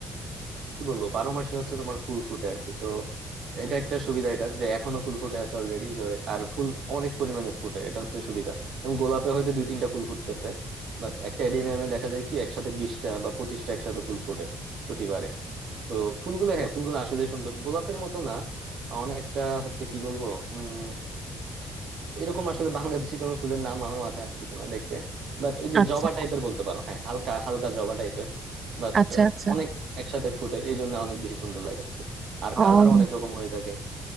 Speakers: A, on the right (about 70°); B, on the right (about 40°).
A: কি বলবো বারো মাসে হচ্ছে তোমার ফুল ফুটে আর কি তো এটা একটা সুবিধা এটার যে এখনো ফুল ফুটে আছে অলরেডি আর ফুল অনেক পরিমাণে ফুটে এটা হচ্ছে সুবিধা এবং গোলাপে হয়তো দুই তিনটা ফুল ফুটতেছে বাট একটা এডেনিয়ামে দেখা যায় কি একসাথে বিশটা বা পঁচিশটা একসাথে ফুল ফুটে প্রতিবারে তো ফুলগুলো হ্যাঁ ফুলগুলো আসলে সুন্দর গোলাপের মতো না অনেকটা হচ্ছে কি বলবো উম এরকম আসলে বাংলাদেশি কোনো ফুলের নাম আমার মাথায় আসতেছে না দেখতে বাট ওই যে
B: আচ্ছা
A: জবা টাইপের বলতে পারো হ্যাঁ হালকা হালকা জবা টাইপের বাট
B: আচ্ছা আচ্ছা
A: অনেক একসাথে ফুটে এই জন্য অনেক বেশি সুন্দর লাগে আর কি। আর
B: ও
A: কালারও অনেক রকম হয়ে থাকে